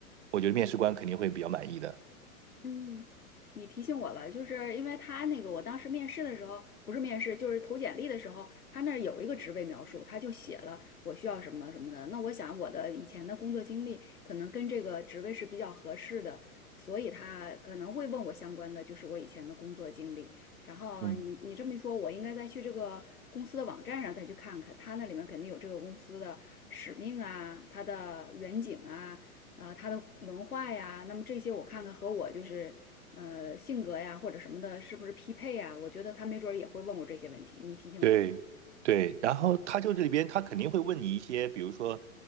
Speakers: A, on the right; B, on the left.
A: 我觉得面试官肯定会比较满意的。
B: 嗯，你提醒我了，就是因为他那个，我当时面试的时候，不是面试，就是投简历的时候，他那儿有一个职位描述，他就写了我需要什么什么的。那我想我的以前的工作经历可能跟这个职位是比较合适的，所以他可能会问我相关的，就是我以前的工作经历。然后你你这么一说，
A: 嗯。
B: 我应该再去这个公司的网站上再去看看，他那里面肯定有这个公司的使命啊，它的远景啊。啊，他的文化呀，那么这些我看看和我就是呃性格呀或者什么的，是不是匹配呀？我觉得他没准儿也会问我这些问题，你提醒我了。
A: 对对，然后他就这里边他肯定会问你一些，比如说